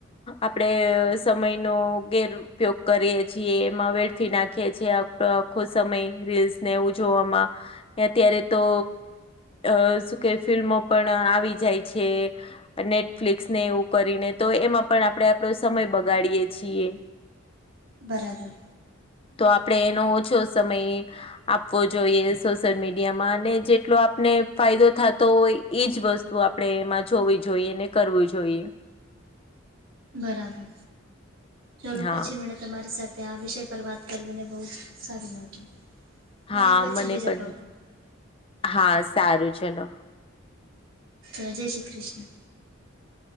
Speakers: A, on the left; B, on the right.
A: આપડે સમય નો ગેરઉયોગ કરીએ છીએ, એમાં વેડફી નાખીએ છીએ. આખો સમય રીલ્સ ને એવું જોવામાં અત્યારે તો અ શું કે ફિલ્મો પણ આવી જાય છે. નેટફ્લિકસ ને એવું કરીને તો એમાં પણ આપણે આપણો સમય બગાડીએે છીએ.
B: બરાબર
A: તો આપડે એનો ઓછો સમય આપવો જોઈએ સોશિયલ મીડિયામાં અને જેટલો આપને ફાયદો થતો હોય. એજ વસ્તુ આપણે એમાં જોવી જોઈએ, ને કરવી જોઈએ.
B: બરાબર ચલો
A: હા
B: પછી મળયા. <inaudible> તમારી સાથે આ વિષય પર વાત કરી મને બહુ જ સારું લાગ્યું મળે
A: હા,
B: પછી
A: મને
B: બીજા
A: પણ
B: ટોપિક પર.
A: હા સારું ચલો.
B: જય શ્રી કૃષ્ણ!